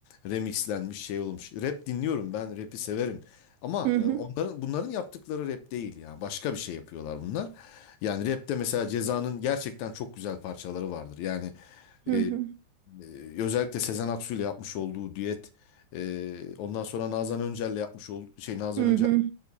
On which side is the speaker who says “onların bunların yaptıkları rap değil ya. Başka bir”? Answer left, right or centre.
Left